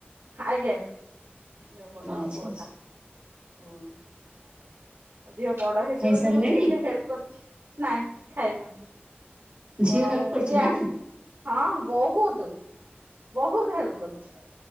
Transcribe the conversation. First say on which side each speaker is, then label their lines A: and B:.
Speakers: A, on the right; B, on the right.
A: ଆଜ୍ଞା ଝିଅ ବଡ
B: ଆଚ୍ଛା
A: ପୁଅ
B: ଆଚ୍ଛା
A: ସାନ। ହୁଁ ଝିଅ ବଡ ହେଇଛି
B: ଖାଇସାରିଲେଣି
A: ବୋଲି ମତେ କେତେ ହେଲ୍ପ କରିଛି। ନାଇଁ ଖାଇନୁ।
B: ଝିଅ
A: ଅ
B: ହେଲ୍ପ କରୁଛି
A: ଇଏ
B: ନା
A: ଆ ହଁ ବହୁତ। ବହୁତ ହେଲ୍ପ କରୁଛି।